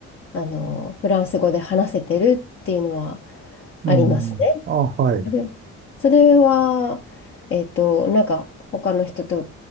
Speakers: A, on the left; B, on the right.
A: あの、フランス語で話せてるっていうのは
B: うん。
A: ありますね。
B: ああ、はい。
A: それ、それは、えっと、なんか他の人と